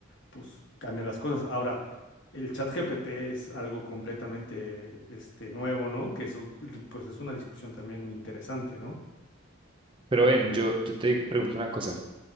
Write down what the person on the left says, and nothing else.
pues cambian las cosas. Ahora, el chat GPT es algo completamente este, nuevo, ¿no? Que eso, pues es una discusión también interesante, ¿no?